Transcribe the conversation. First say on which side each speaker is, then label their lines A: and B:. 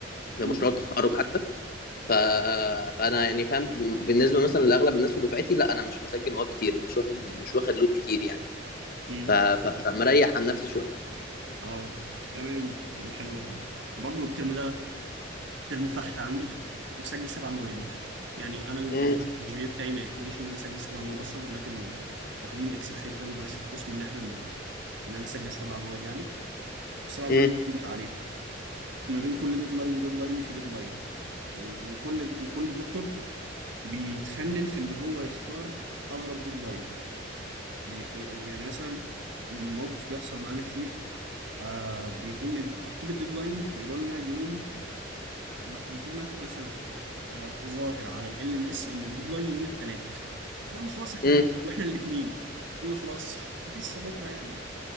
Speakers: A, on the left (about 50°); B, on the right (about 70°).
A: ده
B: تمام
A: مشروع التخرج حتى ف... فانا يعني فاهم بالنسبه مثلا لاغلب الناس في دفعتي لا انا مش مسجل مواد كتير ومش واخد مش واخد لود كتير يعني
B: مم.
A: ف... ف... فمريح عن نفسي شويه
B: اه تمام يعني حلو والله برضه الترم ده ترم فحت عندي مسجل سبع مواد يعني انا
A: امم
B: الجي بي إيه بتاعي ما يخليش ان انا اسجل سبع مواد اصلا ولكن واخدين اكسبشن كده من رئيس القسم ان احنا ان انا اسجل سبع مواد يعني بس طبعا ما
A: امم
B: بنلحق عليهم ما بين كل ديدلاين وديدلاين في ديدلاين وكل وكل دكتور بيتفنن في ان هو يختار اغرب ديدلاين يح- يعني مثلا موقف بيحصل معانا كتير آه بيكون مكتوب الديدلاين يقولوا لنا يوم ما- يكون مث- مثلا آه ظاهر على ال ام اس ان الديدلاين يوم الثلاث فقلنا خلاص احنا
A: امم
B: واحنا الاثنين قلنا خلاص لسه بكره يعني